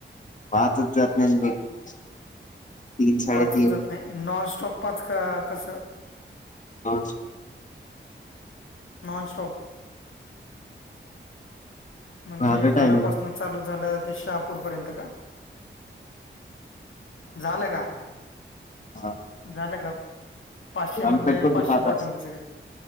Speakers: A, on the left; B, on the left.
A: पाचच जात नाही <unintelligible> तीन साडेतीन
B: पांच चजांत नाहीं नॉनस्टॉप पांच कां कसं
A: अच्छा
B: नॉनस्टॉप म्हणजे
A: झालं
B: घरांपासून
A: टायमिंग
B: चालूं झालं ते शहांपूर पर्यंत कां झालं कां
A: हा
B: झालं कां पाचशे म्हटले
A: आम कट करतो
B: पाचशे
A: साधा
B: पाटंचे सगळें